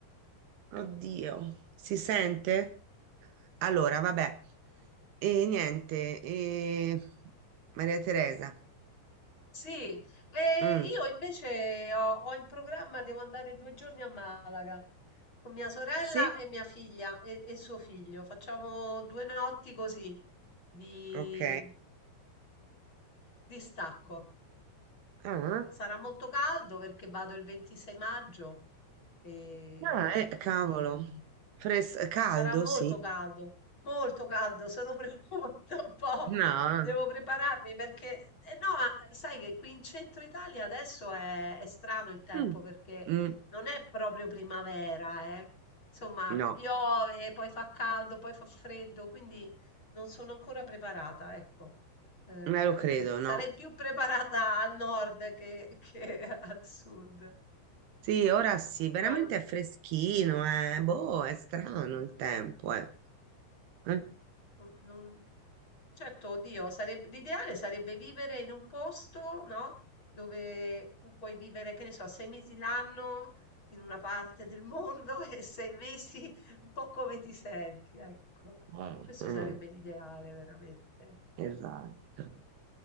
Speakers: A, on the right (about 70°); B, on the left (about 30°).
A: oddio, si sente? Allora, vabbè, e niente, e... Maria Teresa.
B: Sì, e
A: Mm,
B: io invece ho, ho in programma, devo andare due giorni a Malaga con mia sorella
A: Sì,
B: e mia figlia e, e suo figlio. Facciamo due notti così di,
A: ok.
B: di stacco.
A: Ah.
B: Sarà molto caldo perché vado il 26 maggio e,
A: Ah, eh,
B: e quindi
A: cavolo. Fres- caldo,
B: Sarà molto
A: sì.
B: caldo, molto caldo, sono <laughs> preoccupata un po',
A: No.
B: devo prepararmi perché, eh, no, ma sai che qui in centro Italia adesso è, è strano il tempo
A: Mm.
B: perché
A: Mm,
B: non è proprio primavera, eh. Insomma,
A: no,
B: piove, poi fa caldo, poi fa freddo, quindi non sono ancora preparata, ecco. Eh,
A: non lo credo,
B: <laughs> sarei
A: no.
B: più preparata al nord che, che <laughs> al sud.
A: Sì, ora sì, veramente
B: No, in-
A: è freschino, eh. Boh, è strano il tempo, eh. Eh?
B: non, non- Certo, oddio, sareb- l'ideale sarebbe vivere in un posto, no? Dove tu puoi vivere, che ne so, sei mesi l'anno in una parte del mondo <laughs> e sei mesi un po' come ti senti, ecco.
A: Eh,
B: Questo
A: eh,
B: sarebbe l'ideale, veramente.
A: esatto.